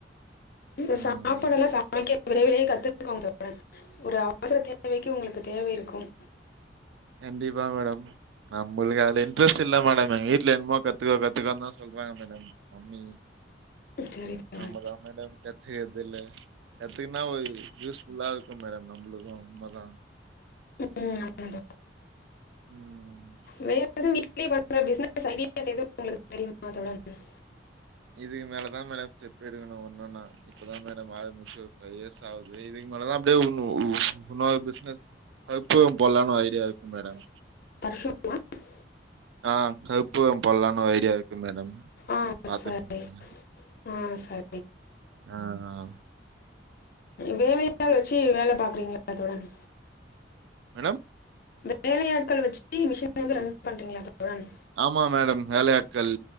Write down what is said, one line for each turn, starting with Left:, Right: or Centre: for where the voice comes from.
Left: இல்ல சாப்பாடல்ல
Right: ம்
Left: சமைக்க விரைவிலே கத்துக்கோங்க தோழர் ஒரு அவசர தேவைக்கு உங்களுக்கு தேவை இருக்கும்
Right: கண்டிப்பா மேடம் நம்முளுக்கு அதுல இன்ட்ரெஸ்ட் இல்ல மேடம் எங்க வீட்ல என்மோ கத்துக்கோ கத்துக்கோனு தா சொல்றாங்க மேடம் மம்மி
Left: சரி தோழன்
Right: நம்மதா மேடம் கத்துகர்தில்ல கத்துக்குனா ஒரு யூஸ் நல்லா இருக்கும் மேடம் நம்ளுக்கு உண்ம தா
Left: ம் ஆமாம்
Right: உம்
Left: வேற எதுவ வீட்லயே பண்ற பிசினஸ் ஐடியா எதுவு உங்களுக்கு தெரியுமா தோழர்
Right: இதுக்கு மேலதா மேடம் ஸ்டெப் எடுக்கணு ஒன்னொன்னா இப்பதா மேடம் ஆரம்பிச்சு ஒரு ஃபைவ் இயர்ஸ் ஆவுது இதுக்கு மேலதா அப்டே உ உன்னோரு பிசினஸ் <unintelligible> போடலானு ஒரு ஐடியா இருக்கு மேடம்
Left: <inaudible>
Right: ஆஹ் கற்பூர போட்லானு ஒரு ஐடியா இருக்கு மேடம்
Left: ஆ
Right: பாத்துட்ருக்க
Left: சரி ஆ ச
Right: ஆஹ் ஆஹ்
Left: வேலையாள் வச்சு வேல பாக்குறீங்களா தோழர்
Right: மேடம்
Left: வேலையாட்கள் வச்சு மிஷின் வந்து ரன் பண்றீங்களா தோழன்
Right: ஆமா மேடம் வேலையாட்கள்